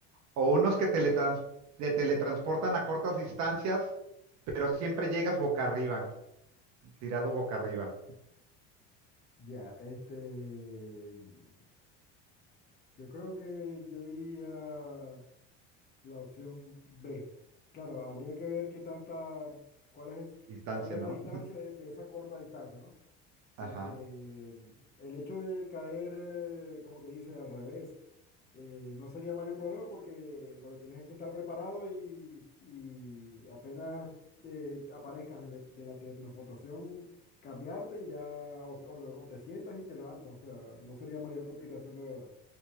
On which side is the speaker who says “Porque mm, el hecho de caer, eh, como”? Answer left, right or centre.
Left